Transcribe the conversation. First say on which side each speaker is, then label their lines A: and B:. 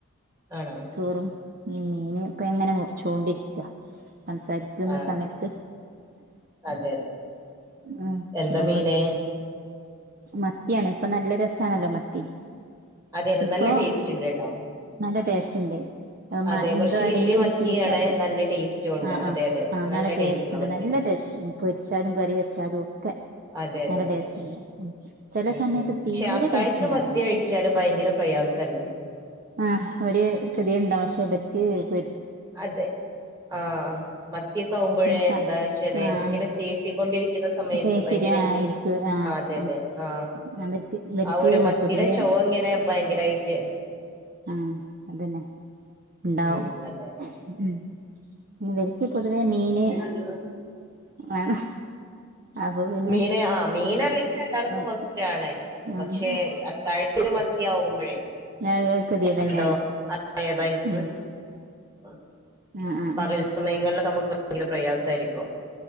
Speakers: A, on the right; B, on the right.
A: ആണോ
B: ചോറും ഉം. മീന് ഇപ്പിങ്ങനെ മുറിച്ചോണ്ടിരിക്കാ സംസാരിക്കുന്ന
A: ആഹ്
B: സമയത്ത്
A: അതെ അതെ
B: ആ
A: എന്താ
B: നമ്മളെ
A: മീന്
B: മ ത്തിയാണ് ഇപ്പൊ നല്ല രസാണല്ലോ മത്തി
A: അതെ അതെ
B: ഇപ്പൊ
A: നല്ല ടേസ്റ്റ് ഉണ്ട് കേട്ടോ
B: നല്ല ടേസ്റ്റ് ഇണ്ട്
A: അതെ കുറച്ച്
B: എന്താ പറയാ
A: വല്യ
B: ഈ
A: മത്തിയാണ്
B: ഒരു സീസണില്
A: നല്ല ടേസ്റ്റും ഉണ്ട്
B: ആ
A: അതെ
B: ആ
A: അതെ അതെ
B: ആ നല്ല ടേസ്റ്റ്
A: ഉള്ള
B: ഉണ്ട്
A: മത്തി
B: നല്ല ടേസ്റ്റ് പൊരിച്ചാലും കറി വെച്ചാലും ഒക്കെ
A: അതെ അതെ
B: നല്ല
A: അതെ
B: ടേസ്റ്റ് ഉണ്ട് ചില
A: ഉം
B: സമയത്ത്
A: ഉം പക്ഷെ
B: തീരെ
A: അത്താഴത്തിന്
B: ടേസ്റ്റ് ഉണ്ടാവൂല
A: മത്തി കഴിച്ചാല് ഭയങ്കര പ്രയാസല്ലേ
B: ആഹ് ഒരു കൃതിയുണ്ടാവും പക്ഷെ ഇവർക്ക് പൊ
A: അതെ ആ മത്തിയക്കെ ആകുമ്പോഴേ
B: ഈ സ
A: എന്താ വച്ചാലെ
B: ആഹ്
A: ഇങ്ങനെ തേട്ടിക്കൊണ്ടിരി ക്കുന്ന സമയത്ത്
B: തേക്കിരി
A: ഭയങ്കര
B: ആഹ്
A: റിസ്‌ക്
B: ഇരിക്കു ആഹ്
A: ആ അതെ അതെ
B: ആഹ്
A: ആ
B: അവർക്ക് ഇവർക്ക്
A: ആ ഒരു മത്തിയുടെ
B: പൊതുവേ
A: ചുവ ഇങ്ങനെ ഭയങ്കരായിട്ട്
B: ആ അത് തന്നെ ഉണ്ടാവും
A: ഉം അതെ
B: ഉം ഇവർക്ക് പൊതുവേ മീന്
A: <unintelligible>
B: വേണം അപ്പൊ പിന്നെ
A: മീന് ആ മീനല്ലെങ്കിലും എല്ലാർക്കും
B: ആഹ്
A: മസ്റ്റാണ്. പക്ഷെ
B: ആഹ്
A: അത്താഴത്തിന് മത്തിയാ കുമ്പോഴേ
B: ആഹ് ആഹ് കെതിയേട് തന്നെയാണ്
A: എന്തോ ഭയങ്കര
B: ഉം
A: <unintelligible>
B: ആഹ് ആഹ്
A: പകൽ
B: ആഹ്
A: സമയങ്ങളിൽ നമുക്ക് ഭയങ്കര പ്രയാസമായിരിക്കും